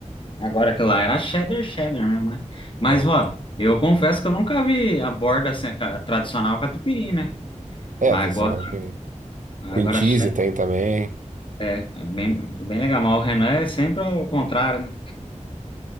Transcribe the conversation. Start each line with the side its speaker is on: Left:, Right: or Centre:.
Left: agora que lá era cheddar, cheddar mesmo, né? Mas,
Right: é.
Left: ó, eu confesso que eu nunca vi a borda assim, a ca- tradicional catupiry, né?
Right: É,
Left: Mas
Right: tradicional
Left: agora,
Right: catupiry.
Left: agora
Right: Cream cheese
Left: cheddar
Right: tem também.
Left: é é bem, é bem legal. Mas o Renan é sempre ao contrário, né?